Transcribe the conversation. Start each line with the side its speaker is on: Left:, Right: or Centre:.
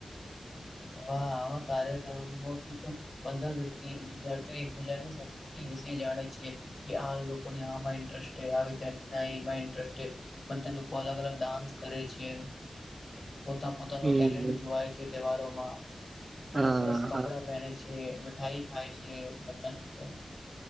Left: હ આવા કાર્યક્રમોથી તો બધા વ્યક્તિએ વિદ્યાર્થીઓ એકબીજાની સંસ્કૃતિ. વિશે જાણીએ છીએ આ લોકોને આમાં ઇન્ટરેસ્ટે આવે ત્યારથી ના એ એમાં ઇન્ટરેસ્ટે લોકો અલગ અલગ ડાન્સ કરે છે. પોતા પોતાનો
Right: હમ
Left: ટેલેન્ટ જોવાય છે તહેવારોમાં સરસ
Right: હા
Left: સરસ કપડા
Right: હા
Left: પહેરે છે. મીઠાઈ ખાય છે, ‌ બધા લોકો.